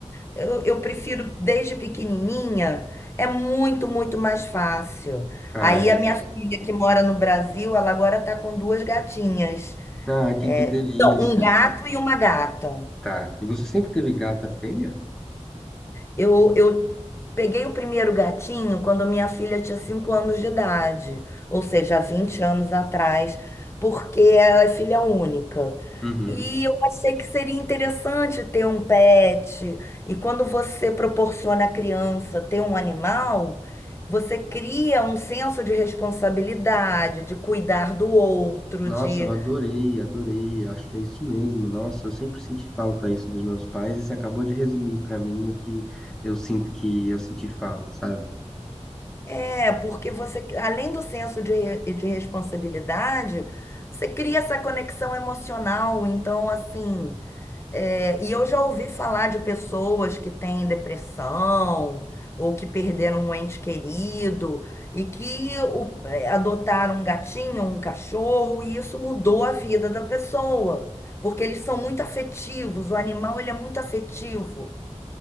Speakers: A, on the left; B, in the centre.
A: Eu, eu prefiro desde pequenininha, é muito, muito mais fácil.
B: Ah,
A: Aí
B: é verdade.
A: a minha filha que mora no Brasil, ela agora está com duas gatinhas.
B: Ah, que,
A: É,
B: que delícia.
A: então, um gato e uma gata.
B: Tá. E você sempre teve gata fêmea?
A: Eu, eu peguei o primeiro gatinho quando minha filha tinha 5 anos de idade, ou seja, há 20 anos atrás, porque ela é filha única.
B: Uhum.
A: E eu achei que seria interessante ter um pet. E quando você proporciona à criança ter um animal, você cria um senso de responsabilidade, de cuidar do outro,
B: Nossa,
A: de
B: eu adorei, adorei. Acho que é isso mesmo. Nossa, eu sempre senti falta isso dos meus pais e você acabou de resumir pra mim o que eu sinto que eu senti falta, sabe?
A: É, porque você, além do senso de, re- de responsabilidade, você cria essa conexão emocional. Então, assim, é, e eu já ouvi falar de pessoas que têm depressão ou que perderam um ente querido e que o- é, adotaram um gatinho, um cachorro, e isso mudou a vida da pessoa. Porque eles são muito afetivos, o animal ele é muito afetivo.